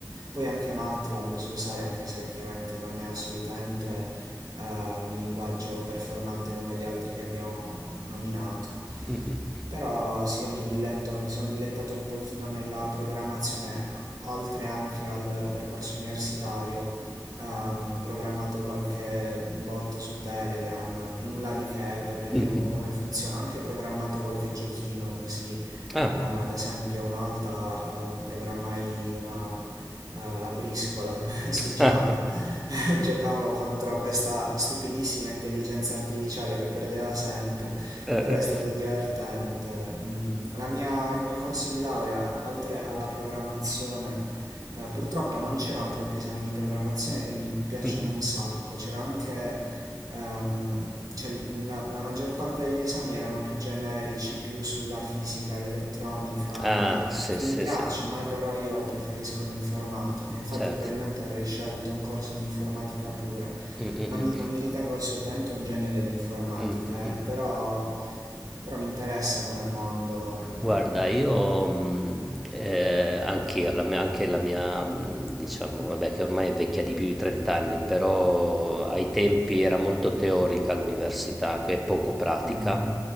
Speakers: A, on the right; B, in the centre.
A: Poi anche MATLAB so usare, anche se chiaramente non è assolutamente eh, un linguaggio performante come gli altri che abbiamo nominato.
B: mh-mh,
A: Però sì, io mi diletto, mi sono dilettato un pochino nella programmazione, oltre anche al percorso universitario. Ehm, programmato qualche bot su Telegram, nulla di che per vedere
B: mh, mh-mh.
A: un po' come funziona. Ho anche programmato qualche giochino così. Eh,
B: Ah.
A: ad esempio, una volta eh, programmai una, eh, la briscola <laughs>
B: <laughs>
A: su Java.
B: Eh,
A: <laughs> giocavo contro questa stupidissima intelligenza artificiale che perdeva sempre,
B: eh.
A: però è stato divertente. Mm, la mia- il mio corso di laurea, oltre alla programmazione, eh, purtroppo non c'erano troppi esami di programmazione che mi piacciono
B: Mh-mh.
A: un sacco, c'era anche... ehm, cioè, la, la maggior parte degli esami erano più generici, più sulla fisica, l'elettronica,
B: Ah,
A: eh,
B: sì,
A: che
B: sì,
A: mi piacciono,
B: sì,
A: eh, però io preferisco l'informatica, infatti
B: certo.
A: probabilmente avrei scelto un corso di informatica pura.
B: Mh, mh,
A: Non
B: mh.
A: mi, non mi ritengo assolutamente un genio dell'informatica,
B: Mh, mh, mh.
A: eh, però, però mi interessa come mondo. Mm,
B: Guarda, io mh, eh, anch'io, la mia- anche la mia, mh, diciamo, vabbè, che ormai è vecchia di più di 30 anni, però ai tempi era molto teorica l'università e poco pratica.
A: mm,